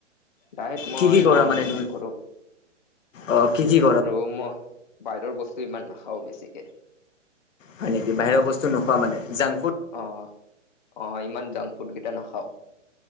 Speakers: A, on the left (about 40°); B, on the left (about 85°).
A: ডাইট মই
B: কি কি কৰা
A: অ
B: মানে
A: মেইনটেইন
B: তুমি
A: কৰো
B: অ কিজিপ
A: আৰু মই বাহিৰৰ বস্তু ইমান নাখাও বেছিকে
B: হয় নেকি বাহিৰৰ বস্তু নোখোৱা মানে জং
A: অ অ ইমান জাংক ফুড কেইটা নাখাও।